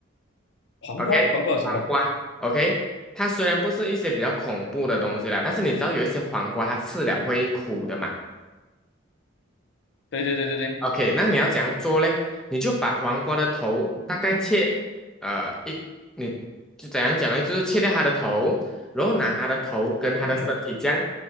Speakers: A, on the left; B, in the centre.
A: 黄瓜黄瓜有什么？
B: ，OK，黄瓜，OK，它虽然不是一些比较恐怖的东西啦，但是你知道有一些黄瓜它吃了会苦的嘛，
A: 对对对对对，
B: OK，那你要怎样做嘞？你就把黄瓜的头大概切，呃，一，你就怎样讲嘞？就是切掉它的头，然后拿它的头跟它的身体这样
A: 嗯